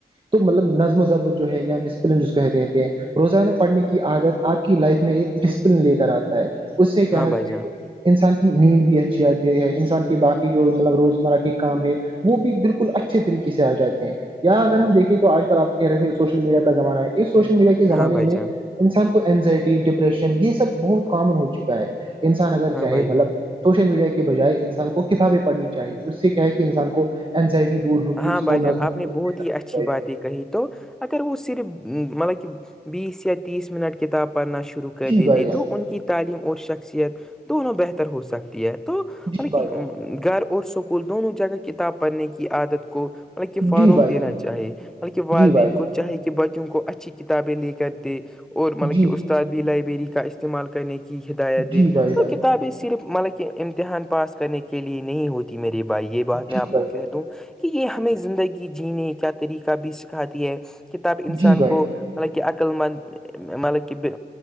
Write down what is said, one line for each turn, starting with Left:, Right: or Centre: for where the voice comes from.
Right: تو مطلب نظم وضب جو ہے یا ڈسپلن ج کہتےتے ہیں روزانہ پڑھنے کی عادت آپ کی لائف میں ایک ڈسپلن لے کر آتا ہے اس سے کیا
Centre: ہاں بھائی جان
Right: انسان کی نیند بھی اچھی آتی ہے انسان کے باقی جو مطلب روزمرہ کے کام ہے وہ بھی بالکل اچھے طریقے سے آ جاتے ہیں اں اگر ہم دیکھیں تو آج کل آپ کہہ رہے تھ سوشل میڈیا کا زمانہ ہے اس سوشل میڈیا کے زمانے
Centre: ہاں بھائی
Right: میں
Centre: جان
Right: انسان کو اینزائٹی ڈپریشن یہ سب بہت کامن ہو چکا ہے انسان اگر
Centre: ہاں
Right: چاہے
Centre: بھائی
Right: مطلب
Centre: جان
Right: سوشل میڈیا کے بجائے انسان کو کتابیں پڑھنی چاہیے اس سے کیا ہے کہ انسان کو اینزائٹی دور ہوگی
Centre: ہاں
Right: اس
Centre: بھائی
Right: کو
Centre: جان
Right: نظم
Centre: آپنی بہت اچھی باتیں کہی تو اگر وہ صرف مطلب کہ بیس تیس منٹ کتاب پڑھنا شروع کر
Right: جی
Centre: دیتے
Right: بھائی جان
Centre: تو ان کی تعلیم اور شخصیت دونوں بہتر ہو سکتی ہے تو
Right: جی
Centre: مطل
Right: بھائی
Centre: گھر اور سکول دونوں جگہ کتاب پڑھنے کی عادت کو مطلب
Right: جان
Centre: کہ فروغ
Right: جی بھائی
Centre: دینا چاہے مطلب کہ والدین
Right: جی بھائی
Centre: کو چاہے بچوں کو اچھی کتابیں لے کر دے اور مطلب
Right: جی
Centre: کہ استاد بھی لائبریری کا استعمال کرنے کی ہدایت دے
Right: جی بھائی
Centre: تو
Right: جان
Centre: کتابیں صرف مطلب کہ امتحان پاس کرنے کے لیے نہیں ہوتی میرے بھائی یہ بات
Right: جی
Centre: میں آ
Right: بھائی
Centre: کو کہہ
Right: جان
Centre: دوں کہ یہ ہمیں زندگی جینے کا طریقہ بھی سکھاتی ہے کتاب انسان
Right: جی بھائی
Centre: کو مطالبک عقل مند مطلب کہ